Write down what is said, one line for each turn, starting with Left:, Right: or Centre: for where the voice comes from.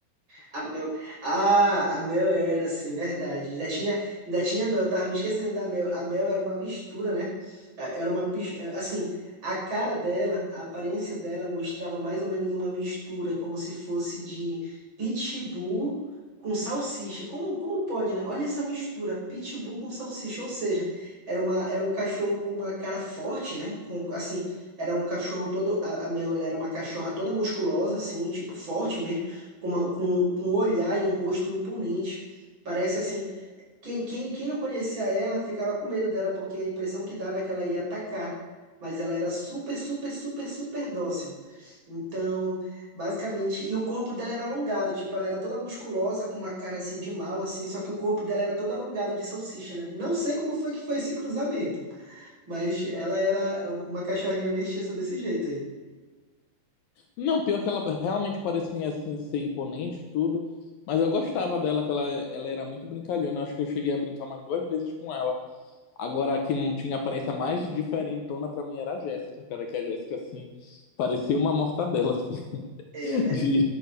Right: A Mel. Ah, a Mel era, sim, verdade. Ainda tinha, ainda tinha Mel, eu tava me esquecendo da Mel. A Mel era uma mistura, né? É, Era uma, pis- é, assim, a cara dela, a aparência dela mostrava mais ou menos uma mistura, como se fosse de pitbull com salsicha. Como, como pode, né? Olha essa mistura, pitbull com salsicha, ou seja, era uma, era um cachorro com uma cara forte, né? Com, assim, era um cachorro todo, a, a Mel, ela era uma cachorra toda musculosa, assim, tipo, forte mesmo com, uma- com- com um olhar e um rosto imponente. Parece assim, quem, quem, quem não conhecia ela ficava com medo dela, porque a impressão que dava é que ela ia atacar, mas ela era super, super, super, super dócil. Então, basicamente, e o corpo dela era alongado, tipo, ela era toda musculosa, com uma cara assim de mal, assim, só que o corpo dela era todo alongado de salsicha, né? Não sei como foi que foi esse cruzamento, mas ela era uma cachorrinha mestiça desse jeito aí.
Left: Não, pior que ela realmente parecia, assim, ser imponente e tudo, mas eu gostava dela, que ela, ela era muito brincalhona, eu acho que eu cheguei a brincar umas duas vezes com ela. Agora, a que tinha aparência mais diferentona pra mim era a Jéssica, cara, que a Jéssica, assim, parecia uma mortadela, assim, <laughs>
Right: Era verdade.
Left: de...